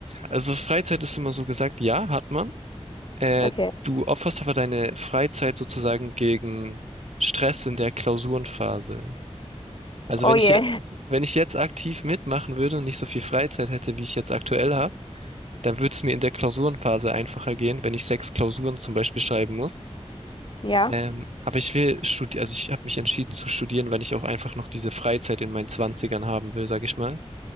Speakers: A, on the right; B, on the left.
A: Also Freizeit ist immer so gesagt, ja, hat man. Äh,
B: Okay.
A: du opferst aber deine Freizeit sozusagen gegen Stress in der Klausurenphase. Also
B: Oh
A: wenn
B: je.
A: ich jetzt,
B: <laughs>
A: wenn ich jetzt aktiv mitmachen würde und nicht so viel Freizeit hätte, wie ich jetzt aktuell habe, dann würde es mir in der Klausurenphase einfacher gehen, wenn ich sechs Klausuren zum Beispiel schreiben muss.
B: Ja.
A: Ähm, aber ich will studieren, also ich habe mich entschieden zu studieren, weil ich auch einfach noch diese Freizeit in meinen Zwanzigern haben will, sage ich mal.